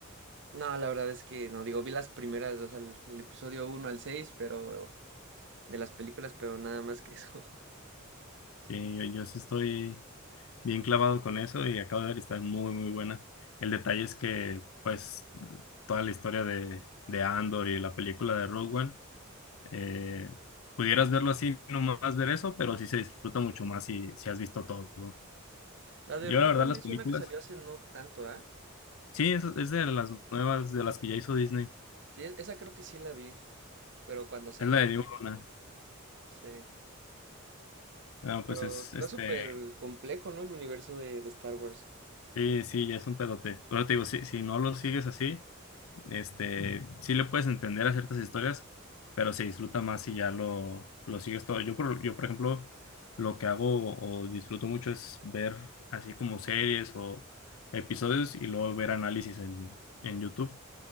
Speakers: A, on the right (about 60°); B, on the left (about 75°).
A: No, la verdad es que no, digo, vi las primeras, o sea, el, el episodio uno al 6 pero de las películas, pero nada más que eso. <laughs>
B: Sí, yo, yo sí estoy bien clavado con eso y acabo de ver que está muy, muy buena. El detalle es que, pues, toda la historia de, de Andor y la película de Rogue One Eh, pudieras verlo así, nomás ver eso, pero sí se disfruta mucho más si, si has visto todo. ¿no?
A: La de
B: Yo,
A: Rogue
B: la verdad,
A: One
B: las
A: es
B: películas,
A: una que salió hace no tanto, ¿ah?
B: sí, es, es de las nuevas, de las que ya hizo Disney.
A: Sí, es- esa creo que sí la vi, pero cuando salió,
B: Es la de Duna.
A: sí.
B: Ah,
A: Pero
B: pues es
A: está
B: este.
A: súper complejo, ¿no? El universo de, de Star Wars.
B: Sí, sí, ya es un pedote. Pero te digo, si, si no lo sigues así, este, sí le puedes entender a ciertas historias, pero se disfruta más si ya lo, lo sigues todo. Yo por, yo, por ejemplo, lo que hago o disfruto mucho es ver así como series o episodios y luego ver análisis en, en YouTube.